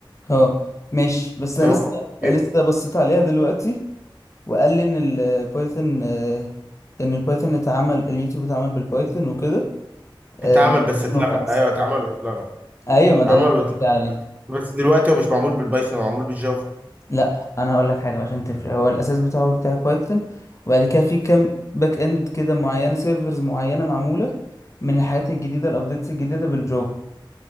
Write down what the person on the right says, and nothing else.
فهم
بي-
اتعمل بس اتلغى
ايوه اتعمل واتلغى
اتعمل
واتلغى
بس دلوقتي هو مش معمول بالبايثون هو معمول بالجافا